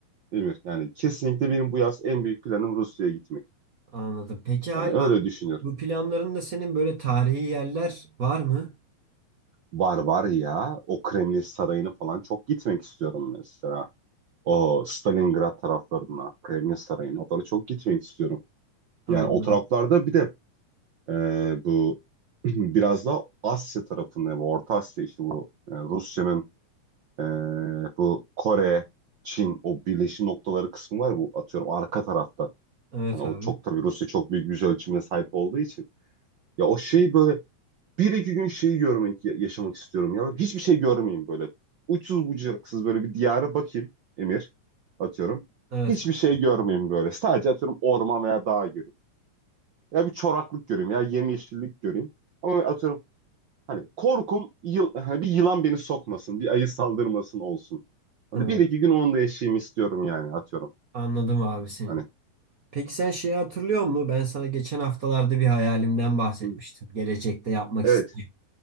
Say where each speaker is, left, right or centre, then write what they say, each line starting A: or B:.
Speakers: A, on the right; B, on the right.
A: Emir. Yani kesinlikle benim bu yaz en büyük planım Rusya'ya gitmek.
B: anladım. Peki hala
A: Yani öyle düşünüyorum.
B: bu planlarında senin böyle tarihi yerler var mı?
A: Var var ya. O Kremlin Sarayı'nı falan çok gitmek istiyorum mesela. O Stalingrad taraflarına, Kremlin Sarayı'na. Oralara çok gitmek istiyorum.
B: Anladım.
A: Yani o taraflarda bir de e, bu <clears throat> biraz da Asya tarafında, bu Orta Asya işte bu e, Rusya'nın e, bu Kore, Çin o birleşim noktaları kısmı var ya, bu atıyorum arka tarafta.
B: Evet
A: Hani o
B: abi.
A: çok tabii Rusya çok büyük yüz ölçümüne sahip olduğu için. Ya o şey böyle bir iki gün şeyi görmek, ya- yaşamak istiyorum ya. Hiçbir şey görmeyeyim böyle. Uçsuz bucaksız böyle bir diyara bakayım Emir atıyorum.
B: Evet
A: Hiçbir
B: kanka.
A: şey görmeyeyim böyle. Sadece atıyorum orman veya dağ göreyim. Ya bir çoraklık göreyim ya yemyeşillik göreyim. Ama atıyorum hani korkum yıl, hani bir yılan beni sokmasın, bir ayı saldırmasın olsun. Hani
B: Ha,
A: bir iki gün onu da yaşayayım istiyorum yani atıyorum.
B: anladım abi seni.
A: Hani
B: Peki sen şeyi hatırlıyor musun? Ben sana geçen haftalarda bir hayalimden bahsetmiştim.
A: Hı.
B: Gelecekte yapmak
A: evet
B: istediğim.